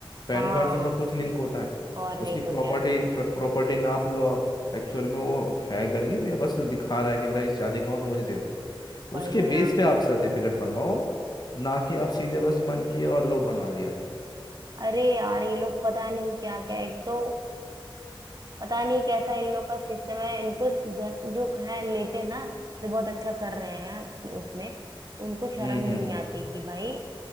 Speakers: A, on the left; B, on the right.
A: पैन
B: हाँ
A: कार्ड से सब कुछ लिंक होता है
B: और
A: उसकी
B: नहीं
A: प्रॉपर्टी
B: तो क्या
A: प्रॉपर्टी नाप लो आप एक्चुअल में वो है गरीब या बस दिखा रहा है कि मैं इस जाति का हूँ तो मुझे दे दो
B: वही
A: उसके
B: ना
A: बेस पे आप सर्टिफिकेट बनवाओ ना कि आप सीधे बस मन किया और लो बना दिया
B: अरे यार ये लोग पता नहीं क्या क्या एक तो पता नहीं कैसा इन लोग का सिस्टम है इनको जर, जो है लेते हैं ना जो बहुत अच्छा कर रहे हैं अपने उसमें उनको शर्म
A: हम्म
B: भी नहीं आती कि भाई